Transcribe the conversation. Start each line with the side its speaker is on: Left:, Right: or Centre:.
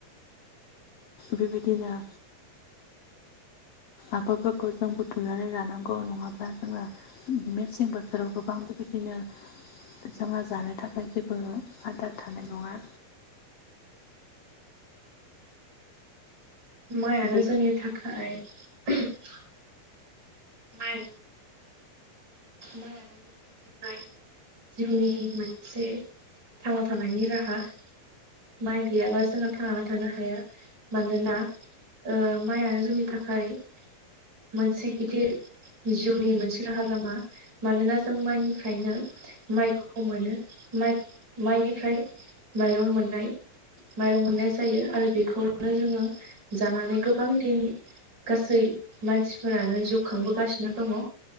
Left: बेबायदिनो आबादफोरखौ जों बुथुमनानै लानांगौ नङाब्ला जोङो मेसें बोथोराव गोबांबो बिबायदिनो जोंहा जानो थाखाय जेबो आदार थानाय नङा।
Right: माइआनो
Left: बेखौ
Right: जोंनि थाखाय <unintelligible> माइ माइयानो जोंनि थाखाय जिउनि मोनसे थांना थानायनि राहा। माइ गैयाबा जोङो थांनानै थानो हाया मानोना ओ माइआनो जोंनि थाखाय मोनसे गिदिर जिउनि मोनसे राहा लामा। मानोना जों माइनिफ्रायनो माइखौ मोनो माइ माइनिफ्राय माइरं मोननाय माइरं मोननाय जायो आरो बेखौनो जोङो जानानै गोबां दिन गासै मानसिफोरानो जिउ खांबोगासिनो दङ।